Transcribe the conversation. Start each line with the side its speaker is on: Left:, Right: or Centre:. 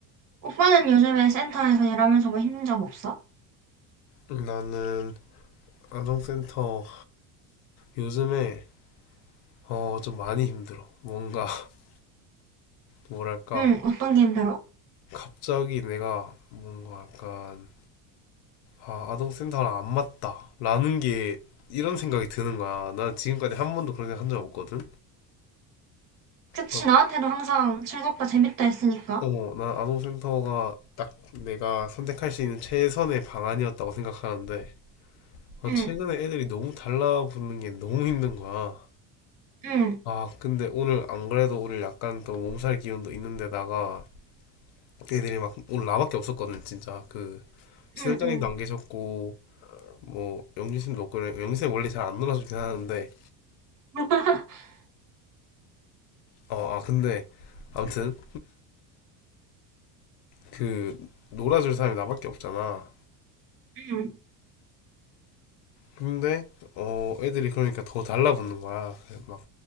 Right: 오빠는 요즘에 센터에서 일하면서 뭐 힘든 점 없어?
Left: 나는 안정센터 요즘에 어, 좀 많이 힘들어. 뭔가 <laughs> 뭐랄까
Right: 응. 어떤 게 힘들어?
Left: 갑자기 내가 뭔가 약간 아, 아동센터랑 안 맞다. 라는 게 이런 생각이 드는 거야. 난 지금까지 한 번도 그런 생각 한 적 없거든.
Right: 그치,
Left: 그러니까,
Right: 나한테도 항상 즐겁다, 재밌다 했으니까.
Left: 어, 난 아동센터가 딱 내가 선택할 수 있는 최선의 방안이었다고 생각하는데, 아,
Right: 응.
Left: 최근에 애들이 너무 달라붙는 게 너무 힘든 거야.
Right: 응,
Left: 아, 근데 오늘 안 그래도 오늘 약간 또 몸살 기운도 있는데다가 애들이 막 오늘 나밖에 없었거든, 진짜. 그 시설장님도
Right: 응, 응.
Left: 안 계셨고, 뭐 영진 쌤도 없고, 영진 쌤 원래 잘 안 놀아주긴 하는데,
Right: <laughs>
Left: 어, 아 근데 아무튼 그 놀아줄 사람이 나밖에 없잖아.
Right: 응,
Left: 근데 어 애들이 그러니까 더 달라붙는 거야. 그래서 막